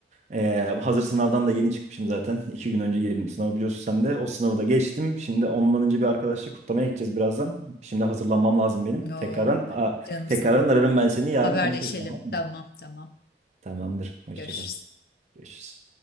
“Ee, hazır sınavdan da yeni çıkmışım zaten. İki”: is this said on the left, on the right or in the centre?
Right